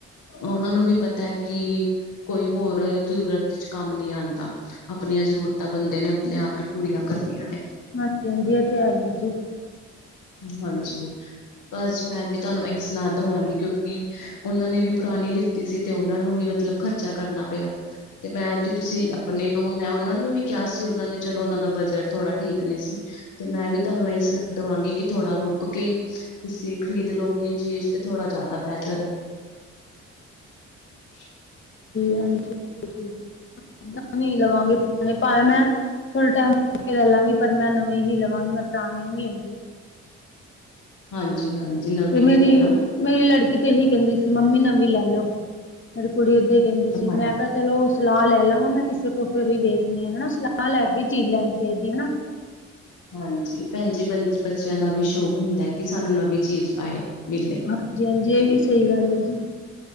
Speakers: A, on the left; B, on the left.
A: ਉਹਨਾਂ ਨੂੰ ਵੀ ਪਤੈ ਕਿ ਕੋਈ ਹੋਰ ਜ਼ਰੂਰਤ ਚ ਕੰਮ ਨਹੀਂ ਆਂਦਾ। ਆਪਣੀਆਂ ਜ਼ਰੂਰਤਾਂ ਬੰਦੇ ਨੇ ਆਪਣੇ ਆਪ ਹੀ ਪੂਰੀਆਂ ਕਰਨੀਆਂ ਨੇ।
B: ਹਾਂਜੀ- ਹਾਂਜੀ, ਏ ਤੇ ਹੈਈ ਐ ਜੀ।
A: ਹਾਂਜੀ, ਬਸ ਜੀ ਮੈਂ ਵੀ ਤਾਨੂੰ ਇਕ ਸਲਾ ਦਵਾਂਗੀ, ਕਿਉਂਕ ਕਿ ਓਨਾਂ ਨੇ ਵੀ ਪੁਰਾਨੀ ਲਿੱਤੀ ਸੀ, ਤੇ ਓਨਾਂ ਨੂੰ ਵੀ ਮਤਲਬ ਖ਼ਰਚਾ ਕਰਨਾ ਪਿਆ। ਤੇ ਮੈਂ ਜੀ, ਤੁਸੀਂ ਆਪਨੇ ਮੈਂ ਓਨਾਂ ਨੂੰ ਵੀ ਕੇਆ ਸੀ, ਓਨਾਂ ਨੇ ਚਲੋ ਓਨਾਂ ਦਾ ਬਜਟ ਥੋੜ੍ਹਾ ਠੀਕ ਨੀ ਸੀ। ਤੇ ਮੈਂ ਵੀ ਤਾਨੂੰ ਏਹੀ ਸਲਾ ਦੇਵਾਂਗੀ ਕਿ ਥੋੜਾ ਰੁਕ ਰੁਕ ਕੇ ਤੁਸੀਂ ਖਰੀਦ ਲੋੋ, ਆਪਣੀ ਚੀਜ਼ ਤੇ ਥੋੜਾ ਜਾਦਾ ਬੈਟਰ ਐ। <inaudible>
B: ਹਾਂ ਜੀ -ਹਾਜੀ ਆਪਣੀ ਲਵਾਂਗੇ, ਪਰ ਮੈਂ ਥੋੜੇ ਟੈਮ ਲੈ ਲਾਂਗੀ, ਪਰ ਮੈਂ ਨਵੀ ਹੀ ਲਵਾਂਗੀ ਮੈਂ ਪੁਰਾਨੀ ਨੀ ਲੈਂਦੀ
A: ਹਾਂਜੀ, ਹਾਂਜੀ! ਨਵੀਂ
B: ਤੇ, ਮੇਰੀ-ਮੇਰੀ
A: ਹੀ ਲੈਣਾ
B: ਲੜਕੀ ਤੇ ਏਹੀ ਕਹਿੰਦੀ ਸੀ, ਮੰਮੀ ਨਵੀਂ ਲੈ ਲਓ ਪਰ ਕੁੜੀ ਉਦਾਂ ਹੀ ਕਹਿੰਦੀ ਸੀ,
A: ਹਾਂ
B: ਮੈਂ-ਤਾਂ ਚਲੋ ਸਲਾ ਲੈ ਲਵਾਂ ਮੈਂ ਕਿਸੇ ਕੋਲ, ਫਿਰ ਹੀ ਵੇਖ ਨੇ ਹੈਨਾ ਸਲਾਹ ਲੈ ਕੇ ਚੀਜ਼ ਲੈਣੀ ਚਾਹੀਦੀ ਹਨਾ
A: ਹਾਂਜੀ, ਭੈਣ ਜੀ, ਬੱਚਿਆਂ ਦਾ ਵੀ ਸ਼ੌਕ ਹੁੰਦਾ ਕਿ ਸਾਨੂੰ ਨਵੀਂ ਚੀਜ਼ ਆਏ ਮਿਲੇ।
B: ਹਾਂਜੀ, ਹਾਂਜੀ ਏ ਵੀ ਸਹੀ ਗੱਲ ਐ ਜੀ